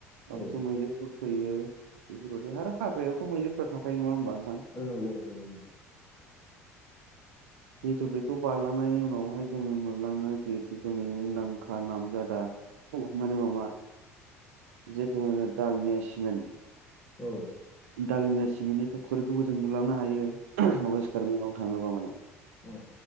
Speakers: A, on the right; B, on the left.
A: माखासे
B: औ
A: मैदेरफोर फैयो बेफोरबायदि आरो हाग्रायावथ' मैदेरफ्रा थांखायो नङा होमबा नोंथां?
B: नंगौ नंगौ औ
A: <inaudible> जिथु बेखौ बारलांनायनि उनावहाय जोङो मोनलङो जिहेतु जोंनि मुंदांखा नाम जादा हमनानै माबा जेथु होनो दालमिया सिमेन्ट
B: औ
A: दालमिया सिमेननि फेक्ट'रिखौबो जों नुलांनो हायो वेस्ट कार्बिलाव थाङोबा माने।
B: औ